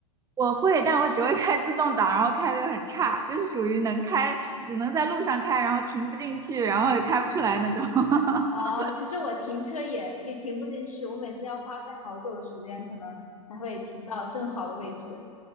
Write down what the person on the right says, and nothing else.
我会，但我只会开自动挡，然后开的又很差，就是属于能开，只能在路上开，然后停不进去，然后也开不出来那种。<laughs>